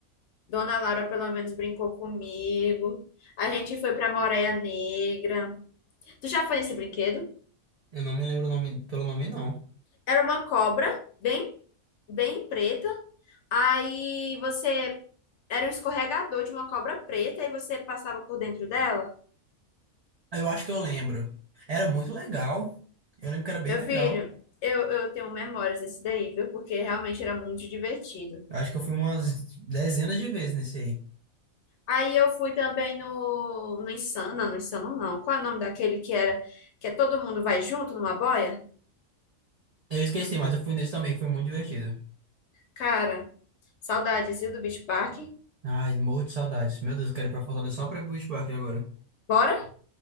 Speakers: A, on the left; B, on the right.
A: Dona Laura pelo menos brincou comigo. A gente foi pra Moreia Negra. Tu já foi nesse brinquedo?
B: Eu não me lembro o nome, pelo nome, não.
A: Era uma cobra bem bem preta. Aí você era um escorregador de uma cobra preta e você passava por dentro dela.
B: Eu acho que eu lembro. Era muito legal. Eu lembro que era bem
A: Meu
B: legal.
A: filho, eu, eu tenho memórias desse daí, viu? Porque realmente era muito divertido.
B: Eu acho que eu fui umas dezenas de vezes nesse aí.
A: Aí eu fui também no, no Insana, no Insano não. Qual é o nome daquele que era que é todo mundo vai junto numa boia?
B: Eu esqueci, mas eu fui nesse também. Foi muito divertido.
A: Cara, saudades, viu, do Beach Park?
B: Ai, morro de saudades. Meu Deus, eu quero ir pra Fortaleza só pra ir pro Beach Park agora.
A: Bora?